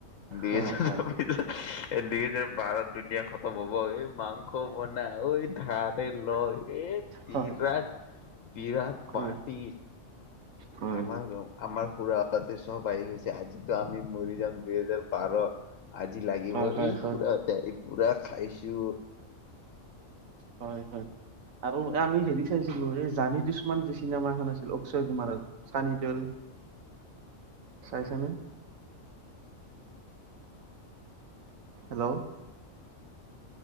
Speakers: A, on the left; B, on the right.
A: <unintelligible> দুহেজাৰ
B: হয় হয়
A: বাৰত দুনীয়া খতম হ'ব এই মাংস ক'ব না ঐ ধাৰে লয় এ <unintelligible>
B: হয়
A: বিৰাট
B: হয়
A: পাৰ্টি।
B: হয়
A: আমাৰ গাঁৱৰ আমাৰ খুৰাহঁতে চব আহি গৈছে আজি। ত' আমি মৰি যাম দুইহেজাৰ বাৰ। আজি লাগিবই
B: হয় হয়
A: এই
B: হয়
A: খুৰাহঁতে আহি পুৰা খাইছোঁ।
B: হয় হয়। <unintelligible> আমি হেৰি চাইছিলোঁ এই জানি দুুছমন যে চিনেমা এখন আছিল অক্ষয় কুমাৰৰ। চানিদেৱল, চাইছানে। Hello.